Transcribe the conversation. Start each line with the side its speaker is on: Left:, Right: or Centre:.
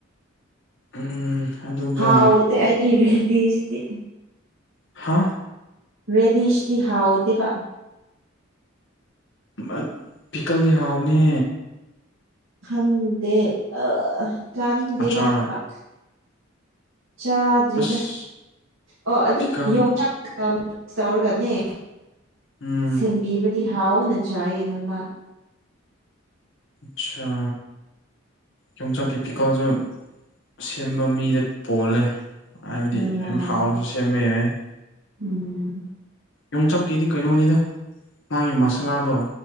Left: ꯎꯝ ꯑꯗꯨꯒ
Right: ꯍꯥꯎꯇꯦ ꯑꯩꯗꯤ ꯔꯦꯗꯤꯁꯇꯤ
Left: ꯍꯥ
Right: ꯔꯦꯗꯤꯁꯇꯤ ꯍꯥꯎꯇꯦꯕ
Left: ꯃꯠ ꯄꯤꯀꯜꯗꯤ ꯍꯥꯎꯕꯅꯦ
Right: ꯈꯪꯗꯦ ꯑ ꯆꯥꯅꯤꯡꯗꯦ
Left: ꯑꯆꯥꯔ
Right: ꯃꯥꯗꯤ ꯄꯥꯛ ꯆꯥꯗ꯭ꯔꯤꯗ
Left: ꯑꯁ
Right: ꯑꯣ ꯑꯗꯨ
Left: ꯐꯤꯀꯜ
Right: ꯌꯣꯡꯆꯥꯛ ꯌꯥꯝ ꯁꯇꯧꯔꯒꯅꯦ
Left: ꯎꯝ
Right: ꯁꯦꯝꯕꯤꯕꯗꯤ ꯍꯥꯎꯅ ꯆꯥꯏꯌꯦ ꯅꯣꯡꯃ
Left: ꯆꯥ ꯌꯣꯡꯆꯥꯛꯀꯤ ꯐꯤꯀꯜꯁꯨ ꯁꯦꯝꯕ ꯃꯤꯗ ꯄꯣꯜꯂꯦ ꯍꯥꯏꯕꯗꯤ
Right: ꯎꯝ
Left: ꯌꯥꯝ ꯍꯥꯎꯅꯁꯨ ꯁꯦꯝꯕ ꯌꯥꯏ
Right: ꯎꯝ
Left: ꯌꯣꯡꯆꯥꯛꯀꯤꯗꯤ ꯀꯩꯅꯣꯅꯤꯗ ꯃꯥꯒꯤ ꯃꯁꯥꯂꯥꯗꯣ